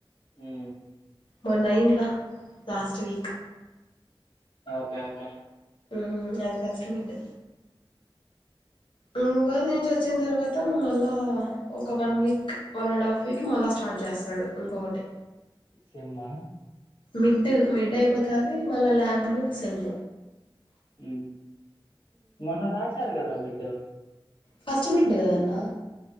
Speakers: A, on the left; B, on the left.
A: ఉమ్
B: మొన్న అయ్యిండ్లా లాస్ట్ వీక్
A: కే ఓకే
B: హ్ అది ఫస్ట్ మిడ్ ఉ ఉగాది నుంచి వచ్చిన తర్వాత మళ్ళా ఒక one week one and half week మళ్ళా స్టార్ట్ చేస్తాడు ఇంకొకటి
A: సెమ్మా
B: మిడ్ మిడ్ అయిపోతది మళ్ళ ల్యాబ్లు సెమ్
A: ఉ మొన్న రాశారు కదరా మిడ్
B: ఫస్ట్ మిడ్ కదన్న